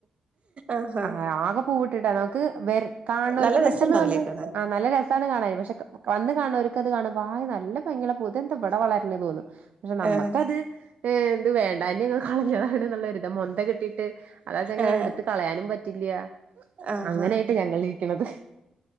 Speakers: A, on the right; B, on the right.
A: ആഹാ
B: അതാ ട്ടിട്ടാ നമുക്ക് വര് കാണ് ണോ
A: നല്ല
B: ർക്ക് പെട്ടെന്ന്
A: രസണ്ടാവൂലേ
B: വന്ന്
A: കാണാൻ
B: ആ നല്ല രസാണ് കാണാൻ പക്ഷെ ക വന്ന് കാണ് ണോ ര്ക്കത് കാണുമ്പോ ഹായ് നല്ല ഭംഗി ഉള്ള പൂ ഇത് എന്താ ഇവിടെ വളര്ണെന്ന് തോന്നും പക്ഷെ നമ്മക്കത്
A: ആഹ്
B: എ ത് വേണ്ടാഞ് കളഞ്ഞതാണ്ന്നുള്ളൊരിത മൊന്ത കിട്ടിട്ട് അതാചങ്
A: ആഹ്
B: എടുത്ത കളയാനും പറ്റില്ല്യ
A: ആഹാ
B: അങ്ങനായിട്ട് ഞങ്ങളി രിക്കണത്